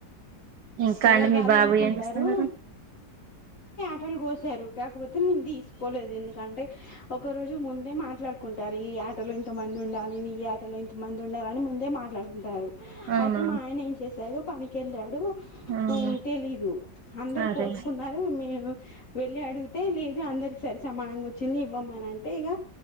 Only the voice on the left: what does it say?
ఎవరు
దాళ్ళు
వండుకుంటారు
పొట్టేల్ కోసారు. కాకపోతే, మేము తీసుకోలేదు. ఎందుకంటే, ఒక రోజు ముందే మాట్లాడుకుంటారు ఈ య టలో ఇంతమంది ఉండాలి. ఈ యాటలో ఇంతమంది ఉండాలని, ముందే మాట్లాడుకుంటారు.
అయితే, మా ఆయన ఏం చేశారు! పనికెళ్ళాడు.
మ్ తెలీదు. అందరు
కోసుకున్నారు, మే వెళ్లి అడుగ్ తే లేదు. అందరికి సరి సమానంగా వచ్చింది ఇవ్వమని అంటే, ఇక